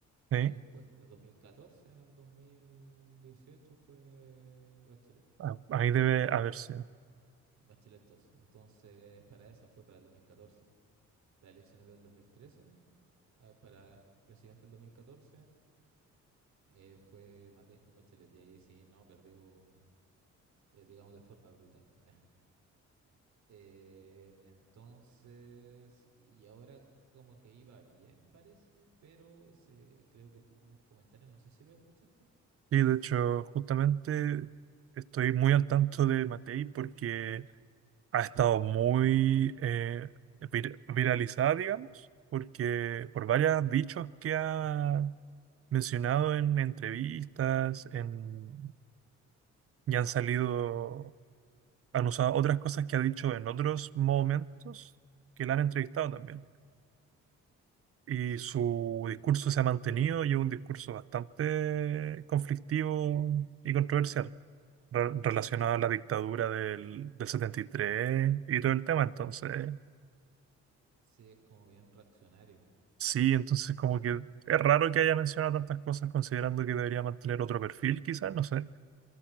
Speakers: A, on the right; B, on the right.
A: ¿sí?
B: Y después, del 2014 al 2018 fue Bachelet,
A: Ah, Ahí debe haber sido.
B: Bachelet dos Entonces, para esa fue para el 2014. Las elecciones del 2013, eh, para presidente del 2014, eh, fue Matei con Bachelet. Y ahí sí, no, perdió, eh, digamos, de forma brutal. <laughs> Eh, entonces, y ahora como que iba bien, parece, pero se, creo que tuvo unos comentarios, no sé si los escuchaste.
A: Sí, de hecho, justamente estoy muy al tanto de Matei porque ha estado muy eh, vir- viralizada, digamos, porque por varios dichos que ha mencionado en entrevistas, en, y han salido, han usado otras cosas que ha dicho en otros momentos que la han entrevistado también.
B: Ujú.
A: Y
B: Sí,
A: su
B: pues,
A: discurso se ha mantenido y es un discurso bastante conflictivo y controversial re- relacionado
B: sí es como,
A: a la dictadura del, del setenta y tres y todo el tema. Entonces,
B: sí es como bien reaccionario,
A: sí, entonces
B: la
A: como
B: verdad.
A: que es raro que haya mencionado tantas cosas considerando que debería mantener otro perfil, quizás, no sé.